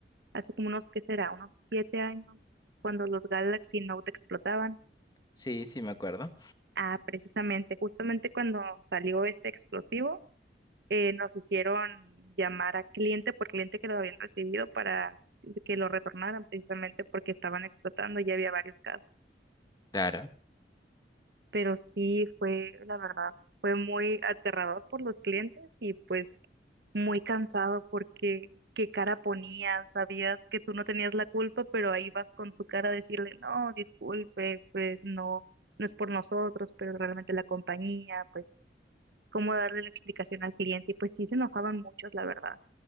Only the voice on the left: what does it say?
Sí, sí me acuerdo.
Claro,